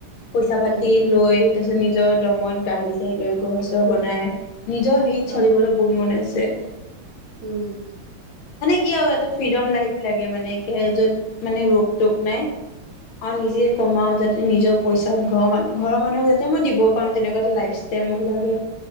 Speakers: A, on the left (about 75°); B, on the right (about 75°).
A: পইচা পাতি
B: উম
A: লৈ তাৰ পিছত নিজৰ দমত গাড়ী চাড়ীলৈ ঘৰ চৰ বনাই নিজৰ হেৰিত
B: অ
A: চলিবলৈ বহুত মন আছে তে
B: উম।
A: কি আও এটা ফ্ৰীডম লাইফ লাগে মানে একে য'ত মানে ৰোগ টোক নাই। আৰু নিজে
B: উম
A: কমাও যা নিজৰ পইচাত ঘৰ মানুহ ঘৰৰ মানুহক যাতে মই দিব পাৰো তেনেকোৱা এটা লাইফষ্টাইল মোক লাগে।